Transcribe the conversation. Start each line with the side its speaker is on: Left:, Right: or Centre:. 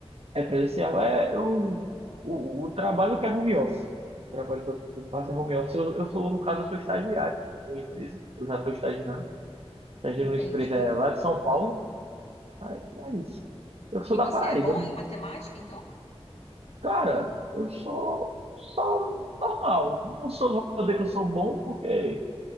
Right: É presencial. É, eu, o, o trabalho que é home office. O trabalho que eu que eu faço é home office. Eu, eu sou, no caso, eu sou estagiário, né, de uma empresa. Eu já estou estagiando. Estagiando
Left: Entendi.
Right: numa empresa é, lá de São Paulo. Aí, é isso. Eu sou
Left: E
Right: da
Left: você
Right: Paraíba.
Left: é bom
Right: não-
Left: em matemática, então?
Right: Cara, eu sou só normal. Não sou, não vou dizer que eu sou bom, porque